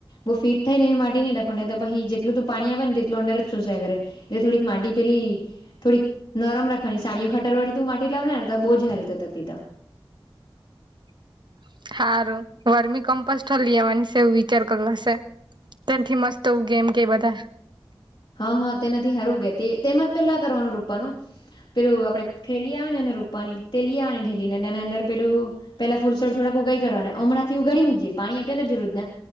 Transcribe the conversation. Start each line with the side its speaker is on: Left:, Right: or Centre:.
Left: બહુ ફીટ થાય ને એવી માટી નહીં લખો ને પહી જેટલું તે પાણી આવે ને તેટલું અંદર ચૂસ્યા કરે એટલે થોડીક માટી પેલી થોડીક નરમ રાખવાની સાણીયુ ખાતર વાળી તુ માટી લા કરતા બોજ હરતા તા તીતા
Right: <inaudible> હારું વરમી કમ્પોસટલ આવાની શે વિચાર કરલા શે. ત્યાંથી મસ્તવું ગેમ કે બધા
Left: હા હા તેના હારું ગ તેજ પેલા કરવાનું રોપવાનું પેલું આપડે થેલી આવે ને રૂપાની તે લી આવાની ઢેલી ને તેના અંદ પેલું પેલા ફુલસર થોડાક ઉગાઈ કાઠવાના હમણાં થી ઉગાડી મૂક્જે. પાણી આપ્યા જ રોજના